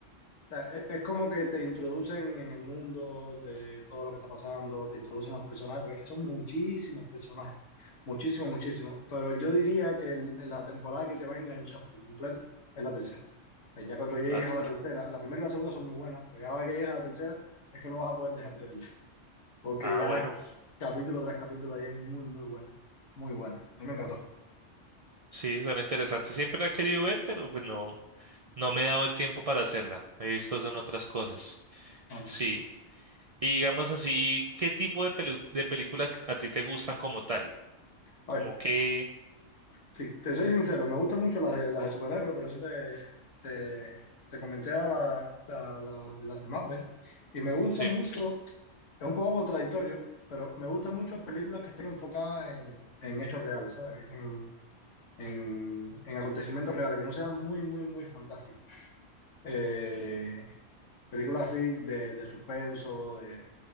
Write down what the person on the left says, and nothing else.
sea, e- es, como que te introducen en el mundo de todo lo que está pasando, te introducen a los personajes, porque es que son muchísimos personajes, muchísimos, muchísimos. Pero yo diría que el- la temporada que te va a enganchar por completo es la tercera. O sea, ya cuando llegues
a la tercera, la primera y la segunda son muy buenas, pero ya la vez que llegues a la tercera es que no vas a poder dejar de verla, porque
ya
capítulo tras capítulo ahí es muy, muy buena, muy buena. A mí me encantó.
Ah.
A
ver,
Sí, te soy sincero, me gustan mucho las de, las de superhéroes, por eso te, te, te comenté a la- la- la- las de Marvel. Y me gusta
mucho, es un poco contradictorio, pero me gustan mucho películas que estén enfocadas en, en hechos reales, ¿sabes? En, en, en acontecimientos reales, que no sean muy, muy, muy fantásticas. Eh, películas así de, de suspenso, de,